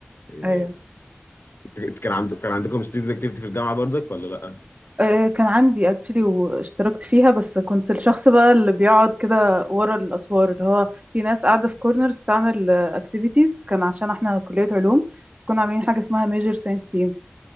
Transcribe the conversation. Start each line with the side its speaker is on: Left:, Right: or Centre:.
Left: يعني
Right: ايوه
Left: انت كان عندك كان عندكم ستودنت اكتيفيتي في الجامعه برضك ولا لا؟
Right: آه، كان عندي اكشلي واشتركت فيها بس كنت الشخص بقى اللي بيقعد كده ورا الاسوار اللي هو في ناس قاعده في كورنرز بتعمل اكتيفيتيز كان عشان احنا كليه علوم كنا عاملين حاجه اسمها ميجر ساينس تيم